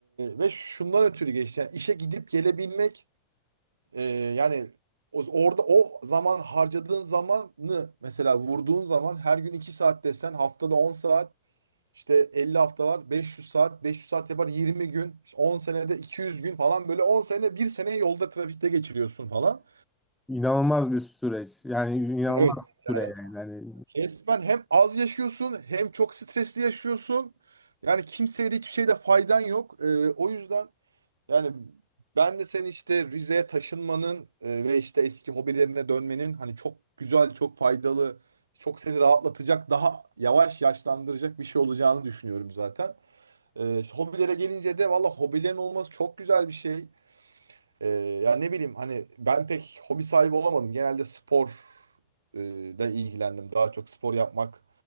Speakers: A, on the right; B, in the centre.
A: ve şundan ötürü geçti. Yani işe gidip gelebilmek e, yani o- orada o zaman harcadığın zamanı mesela vurduğun zaman her gün 2 saat desen haftada 10 saat işte elli hafta var. 500 saat. 500 saat yapar 20 gün. İşte 10 senede 200 gün falan böyle 10 sene bir sene yolda trafikte geçiriyorsun falan.
B: İnanılmaz bir süreç. Yani inanılmaz
A: Evet.
B: bir
A: Yani
B: süre yani. Yani
A: resmen hem az yaşıyorsun hem çok stresli yaşıyorsun. Yani kimseye de hiçbir şeyde faydan yok. Ee, o yüzden yani ben de seni işte Rize'ye taşınmanın e, ve işte eski hobilerine dönmenin hani çok güzel, çok faydalı, çok seni rahatlatacak, daha yavaş yaşlandıracak bir şey olacağını düşünüyorum zaten. Ee, hobilere gelince de valla hobilerin olması çok güzel bir şey. Ee, ya ne bileyim hani ben pek hobi sahibi olamadım. Genelde spor e, da ilgilendim. Daha çok spor yapmak